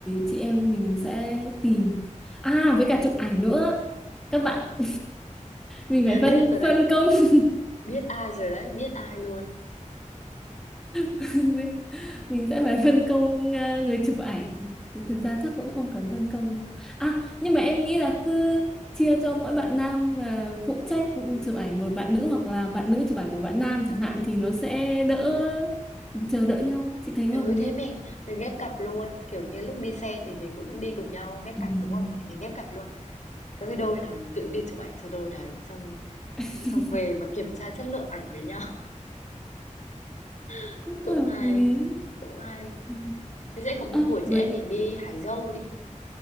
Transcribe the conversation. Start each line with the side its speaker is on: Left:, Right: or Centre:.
Centre: chị em mình sẽ tìm à với cả chụp ảnh nữa các bạn <laughs> mình phải phân
Left: Biết rồi đấy,
Centre: phân công <laughs>
Left: biết ai rồi đấy, biết ai luôn.
Centre: <laughs> mình sẽ phải phân công à, người chụp ảnh thực ra chắc cũng không cần phân công đâu à nhưng mà em nghĩ là cứ chia cho mỗi bạn nam à, phụ trách chụp ảnh một bạn nữ hoặc là bạn nữ chụp ảnh một bạn nam chẳng hạn thì nó sẽ đỡ chờ đợi nhau chị thấy
Left: Ừ
Centre: có hợp lý
Left: thế
Centre: không
Left: mình mình ghép cặp luôn, kiểu như lúc đi xe thì mình cũng đi cùng nhau ghép
Centre: Ừ.
Left: cặp đúng không? Thì mình ghép cặp luôn. Các cái đôi nào tự đi chụp ảnh cho đôi đấy xong
Centre: <laughs>
Left: xong về mà kiểm tra chất lượng ảnh với nhau <laughs>
Centre: cũng
Left: cũng
Centre: hợp
Left: hay
Centre: lý
Left: cũng hay
Centre: Ừ.
Left: thế sẽ có một
Centre: Ơ,
Left: buổi
Centre: với
Left: chị em mình đi hái dâu đi